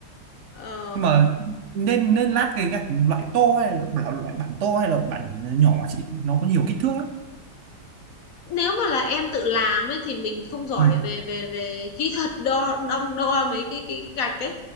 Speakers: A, on the left; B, on the right.
A: Ờ,
B: nhưng mà nên nên lát cái gạch loại tô hay là loại, loại bản tô hay là bản nhỏ chị nó có nhiều kích thước lắm
A: nếu mà là em tự làm ấy thì mình không giỏi
B: ừ.
A: về về về kỹ thuật đo đong đo mấy cái cái, cái gạch ấy